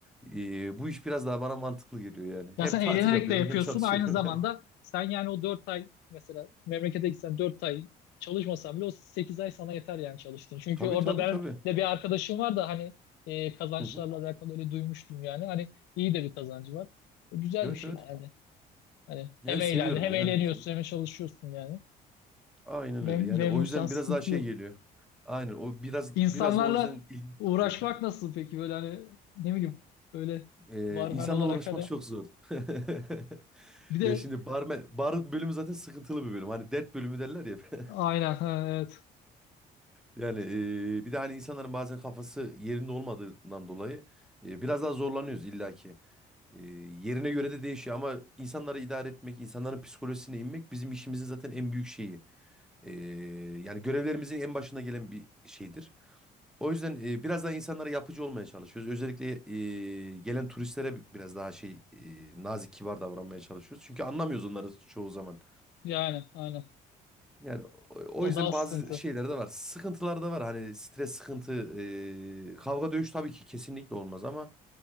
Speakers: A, in the centre; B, on the left (about 90°).
A: ee, bu iş biraz daha bana mantıklı geliyor yani.
B: Ya
A: Hem
B: sen
A: tatil
B: eğlenerek
A: yapıyorum
B: de yapıyorsun
A: hem çalışıyorum.
B: aynı zamanda
A: <laughs>
B: sen yani o 4 ay mesela memlekete gitsen 4 ay çalışmasan bile o 8 ay sana yeter yani çalıştın. Çünkü
A: Tabii
B: orada
A: tabii
B: ben
A: tabii.
B: de bir arkadaşım var da hani e, kazançlarla
A: Hı hı.
B: alakalı öyle duymuştum yani hani iyi de bir kazancı var. E, güzel
A: Evet
B: bir şey
A: evet.
B: yani. Hani hem
A: Evet
B: eğlendi
A: seviyorum
B: hem
A: ya
B: eğleniyorsun
A: en azından.
B: hem çalışıyorsun yani.
A: Aynen
B: Mem
A: öyle. Yani
B: memnunsan
A: o yüzden
B: sıkıntı
A: biraz daha şey
B: yok.
A: geliyor. Aynen o biraz
B: İnsanlarla
A: biraz da o yüzden ilginç
B: uğraşmak
A: çekiyor.
B: nasıl peki böyle hani ne bileyim öyle
A: Ee,
B: barmen
A: insanla
B: olarak
A: uğraşmak
B: hani
A: çok zor. <laughs>
B: bir de
A: Ya şimdi bar, bar bölümü zaten sıkıntılı bir bölüm. Hani dert bölümü derler ya. <laughs>
B: aynen ha, evet
A: Yani e, bir de hani insanların bazen kafası yerinde olmadığından dolayı e, biraz daha zorlanıyoruz illaki. E, yerine göre de değişiyor ama insanları idare etmek, insanların psikolojisine inmek bizim işimizin zaten en büyük şeyi. E, yani görevlerimizin en başına gelen bir şeydir. O yüzden e, biraz daha insanlara yapıcı olmaya çalışıyoruz. Özellikle e, gelen turistlere biraz daha şey e, nazik, kibar davranmaya çalışıyoruz. Çünkü anlamıyoruz onları çoğu zaman.
B: yani aynen
A: Yani o
B: o
A: o yüzden
B: daha
A: bazı
B: sıkıntı.
A: şeyler de var. Sıkıntılar da var. Hani stres, sıkıntı, e, kavga, dövüş tabii ki kesinlikle olmaz ama